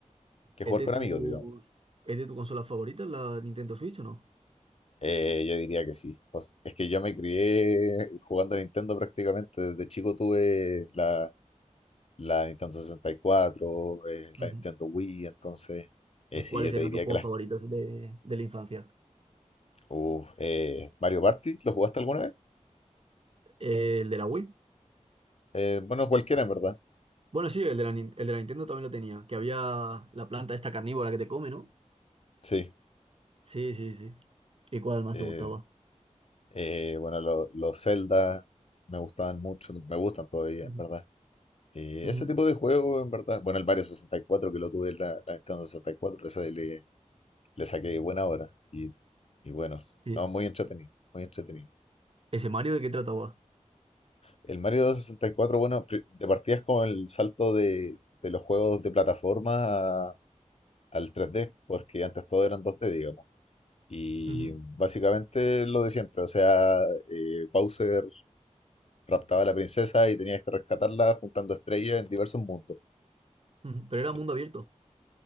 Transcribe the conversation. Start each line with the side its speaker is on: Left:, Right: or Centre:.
Left: que jugar
Right: ¿Es de
Left: con
Right: tu,
Left: amigos, digamos.
Right: es de tu consola favorita la Nintendo Switch o no?
Left: Eh, yo diría que sí. Pues, es que yo me crié jugando a Nintendo prácticamente. Desde chico tuve la, la Nintendo 64, eh,
Right: Ujú.
Left: la Nintendo Wii, entonces, eh, sí,
Right: ¿Cuáles
Left: yo
Right: serían
Left: te diría
Right: tus juegos
Left: que las...
Right: favoritos de, de la infancia?
Left: Uf, eh, Mario Party, ¿lo jugaste alguna vez?
Right: ¿El de la Wii?
Left: Eh, bueno, cualquiera en verdad,
Right: Bueno, sí, el de la, Nin- el de la Nintendo también lo tenía, que había la planta esta carnívora que te come, ¿no?
Left: sí.
Right: Sí, sí, sí. ¿Y cuál más
Left: Eh,
Right: te gustaba?
Left: eh, bueno, lo- los Zelda me gustaban mucho, me gustan todavía
Right: Ujú.
Left: en verdad. Eh,
Right: Ujú.
Left: ese tipo de juego en verdad, bueno, el Mario sesenta y cuatro que lo tuve en la, la Nintendo sesenta y cuatro, ese le, le saqué buenas horas y, y bueno,
Right: Sí.
Left: no, muy entretenido, muy entretenido.
Right: ¿Ese Mario de qué trataba?
Left: El Mario 64, bueno, pri- de partida es como el salto de, de los juegos de plataforma a- al 3D, porque antes todo eran 2D, digamos. Y
Right: Ujú.
Left: básicamente lo de siempre, o sea, eh, Bowser raptaba a la princesa y tenías que rescatarla juntando estrellas en diversos mundos.
Right: Ujú. Pero era
Left: Sí.
Right: mundo abierto.